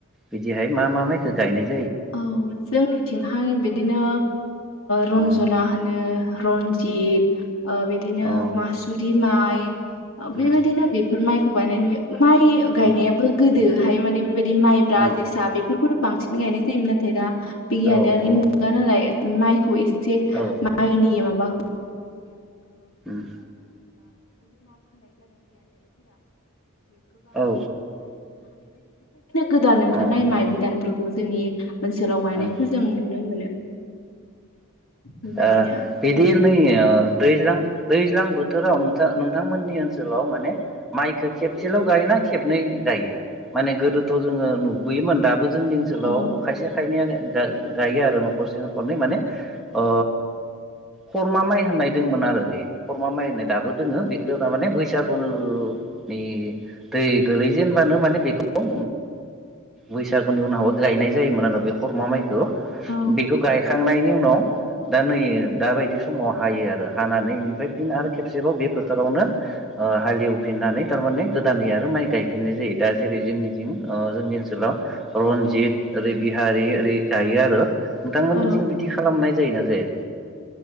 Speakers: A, in the centre; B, on the left (about 70°).
A: बिदिहाय मा मा माइखौ गायनाय जायो
B: औ जोंनिथिंहाय बिदिनो रन्जना
A: औ
B: होनो रनजि- जित बिदिनो
A: औ
B: मासुरि माइ
A: उम
B: बेबायदिनो बेफोर माइखौ गायनाय नु माइ गायनायाबो
A: उम
B: गो- दोहाय माने बेबाद- दि माइब्रा
A: उम
B: जोसा बेफोरखौ बांसिन गायनो जायोमोन नाथाय दा बिगियानारि
A: औ औ
B: मुगा नालाय माइ खौ एस <unintelligible> दि
A: औ
B: बेबायदिनो
A: उम औ
B: गोदान ओंखारनाय
A: औ
B: माइ बिदानफोर खौ जोंनि ओनसोलाव गायनायखौ
A: औ
B: जों नुनो मोनो। बेबायदिनो
A: अ बिदि
B: गायो।
A: नै ओ
B: औ
A: दैज्लां दै ज्लां बोथोराव नोंथां नोंथांमोननि ओनसोलाव माने माइखो खेबसेल' गायोना खेबनै गायो? माने गोदोथ' जोङो नुबोयोमोन दाबो जोंनि ओनसोलाव
B: औ
A: खायसे खायनैया गाय गायो आरो न'खरसे न'खरनै माने ओ खरमा माइ होननाय दोङोमोन आरो बे खरमा माइ होननाय दाबो दोङो बेखो तारमाने बैसागुनि दै गोलैजेनबानो माने बेखौ बैसागुनि उनावबो गायनाय जायोमोन आरो बे खरमा माइ खौ
B: औ
A: बेखौ गायखांनायनि उनाव दा नै दा बायदि समाव हायो आरो। हानानै इनिफ्राय फि आरो खेबसेबाव बे फोथारावनो ओ हालेवफिननानै थारमाने गोदानै आरो माइ गायफिननाय जायो। दा जेरै जोंनिथिं जोंनि ओन सोलाव रन्जित ओरै बिहारि ओरै गायो आरो नोंथांमोननिथिं
B: औ
A: बिदि खालामनाय जायोना जाया।